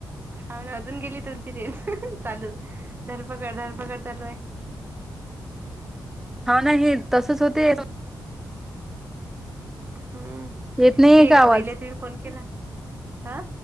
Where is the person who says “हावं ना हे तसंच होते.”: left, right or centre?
Centre